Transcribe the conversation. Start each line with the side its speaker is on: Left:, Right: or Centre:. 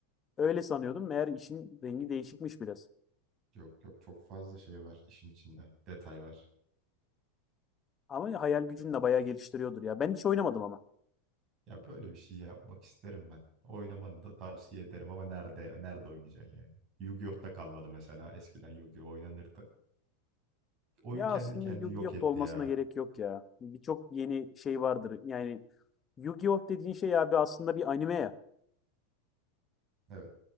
Left: Öyle sanıyordum. Meğer işin rengi değişikmiş biraz.
Right: Yok yok çok fazla şey var işin içinde. Detay var.
Left: Ama hayal gücünü de bayağı geliştiriyordur ya. Ben hiç oynamadım ama.
Right: Ya böyle bir şey yapmak isterim ben. Oynamanı da tavsiye ederim ama nerede nerede oynayacaksın yani? Yu-Gi-Oh'ta kalmadı mesela. Eskiden Yu-Gi-Oh oynanırdı. Oyun
Left: Ya
Right: kendi
Left: aslında
Right: kendini
Left: Yu-Gi-Oh!
Right: yok etti
Left: da olmasına
Right: ya.
Left: gerek yok ya. Birçok yeni şey vardır. Yani Yu-Gi-Oh! dediğin şey abi aslında bir anime ya.
Right: Evet.